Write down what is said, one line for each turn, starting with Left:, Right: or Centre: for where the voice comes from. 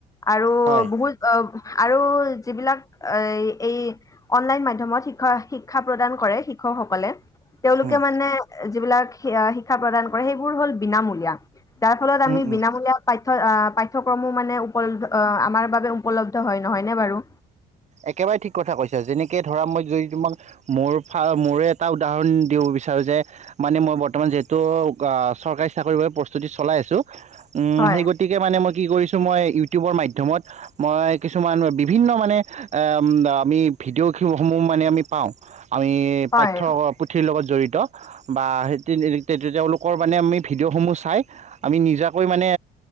Left: আৰু
Right: হয়,
Left: বহুত অ', আৰু যিবিলাক এ এই অনলাইন মাধ্যমত শিক্ষা শি শিক্ষা প্ৰদান কৰে শিক্ষকসকলে, তেওঁলোকে
Right: উম,
Left: মানে, যিবিলাক শিক্ষা প্ৰদান কৰে সেইবোৰ হল বিনামূলীয়া। তাৰ ফলত আমি
Right: উম, উম।
Left: বিনামূলীয়া পা পাঠ্যক্ৰমো মানে উপলব্ধ আমাৰ বাবে উপলব্ধ হয় নহয়নে বাৰু?
Right: একেবাৰে ঠিক কথা কৈছ যেনেকে ধৰা মই যদি তোমাক মোৰ মোৰে এটা উদাহৰণ দিব বিচাৰোঁ যে মানে মই বৰ্তমান যিহেতু চৰকাৰী চাকৰিৰ বাবে প্ৰস্তুতি চলাই আছোঁ, উম
Left: হয়
Right: সেই গতিকে মানে মই কি কৰিছো মই, ইউটিউবৰ মাধ্যমত মই কিছুমান বিভিন্ন মানে, আমি ভিডিঅ'সমূহ মানে আমি পাওঁ। আমি
Left: হয়
Right: পাঠ্য পুথিৰ লগত জড়িত, বা তেওঁলোকৰ মানে আমি ভিডিঅ'সমূহ চাই আমি নিজাকৈ মানে